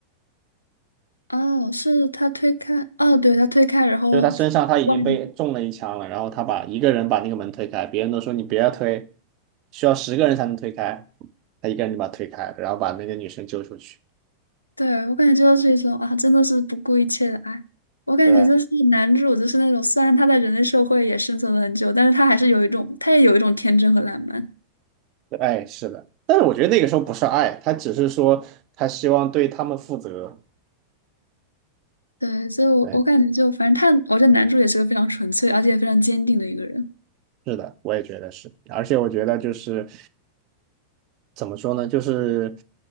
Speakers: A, on the left (about 85°); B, on the right (about 40°).
A: 哦，是他推开，哦，对，他推开，然后去外面。
B: 就是他身上他已经被中了一枪了，然后他把一个人把那个门推开，别人都说你别要推，需要十个人才能推开，他一个人就把它推开了，然后把那个女生救出去。
A: 对，我感觉这就是一种啊，真的是不顾一切的爱。我感觉就是男主，
B: 对，
A: 就是那种虽然他在人类社会也生存了很久，但是他还是有一种，他也有一种天真和浪漫。
B: 哎，是的，但是我觉得那个时候不是爱，他只是说他希望对他们负责。
A: 对，所以我我感觉就反正他，
B: 对，
A: 我觉得男主也是个非常纯粹而且也非常坚定的一个人。
B: 是的，我也觉得是，而且我觉得就是怎么说呢？就是